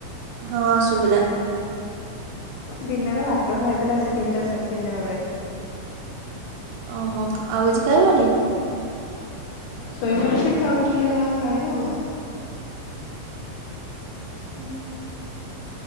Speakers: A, on the right; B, on the left.
A: ହଁ ଶୁଭିଲା।
B: ଦିନରେ ଭାତ ଖାଇଥିଲା ସେ ତିନିଟା ସାଢ଼େ ତିନିଟା ବେଳେ।
A: ଓହୋ ଆଉ କିଛି ଖାଇବନି?
B: ଶୋଇପଡ଼ିଚି ଦେଖା ଉଠିଲେ ଯାହା ଖାଇବ ଆଉ।
A: ଓଁ ହୁଁ।